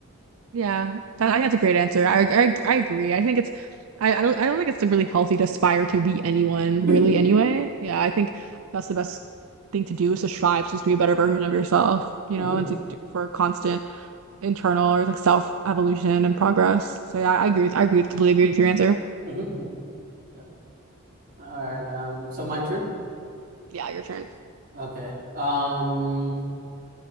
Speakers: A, on the right; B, on the right.
A: Yeah, that, I think that's a great answer. I, I I agree. I think it's I, I don't I don't think it's really healthy to aspire to be anyone
B: <clears throat>
A: really anyway. Yeah, I think that's the best thing to do is to strive to just be a better version of yourself, you
B: hmm
A: know, and to for constant internal or like self evolution and progress. So yeah, I agree with I agree with, completely agree with your answer.
B: hmm hmm Yeah. All right. Um, so my turn.
A: Yeah, your turn.
B: Okay. Um,